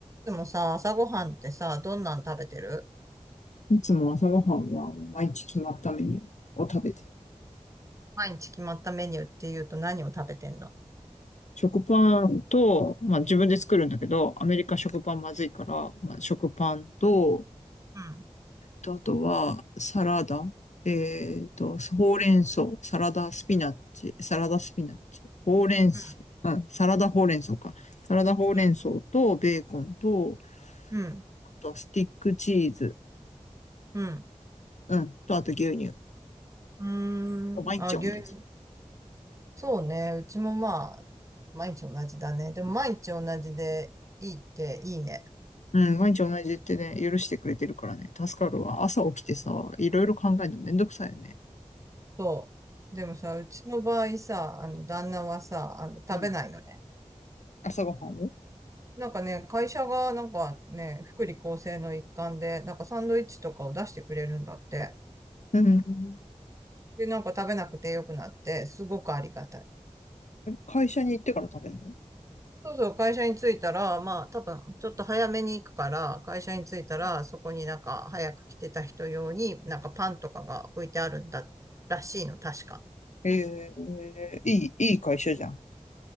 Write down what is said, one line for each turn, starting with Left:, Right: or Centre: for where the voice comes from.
Right: でもさ、朝ごはんってさ、どんなの食べてる
Left: いつも朝ごはんは毎日決まったメニューを食べてる。
Right: 毎日決まったメニューって言うと何を食べてんの
Left: 食パンと、まあ自分で作るんだけど、アメリカ食パンまずいから、まあ食パンと、
Right: うん、
Left: とあとはサラダ、えっと、ほうれん草、サラダスピナッチ、サラダスピナッチ、ほうれん草、
Right: う
Left: うんサラダほうれん草か。サラダほうれん草とベーコンと、
Right: ん、うん、うん。
Left: あとスティックチーズ、
Right: うん
Left: うん、とあと牛乳。
Right: うーん。
Left: 毎日同じ。
Right: あ、牛乳。そうね。うちもまあ、毎日同じだね。でも毎日同じでいいっていいね。
Left: うん、毎日同じってね、許してくれてるからね、助かるわ。朝起きてさ、いろいろ考えるのめんどくさいよね。
Right: そう。でもさ、うちの場合さ、あの、旦那はさ、あの、食べないのね。
Left: うん。朝ごはんを
Right: なんかね、会社がなんかね、福利厚生の一環で、なんかサンドイッチとかを出してくれるんだって。
Left: うん。
Right: で、なんか食べなくてよくなって、すごくありがたい。
Left: 会社に行ってから食べるの
Right: そうそう、会社に着いたら、まあ、多分、ちょっと早めに行くから、会社に着いたら、そこになんか、早く来てた人用に、なんかパンとかが置いてあるんだ、らしいの、確か。
Left: ええいい、いい会社じゃん。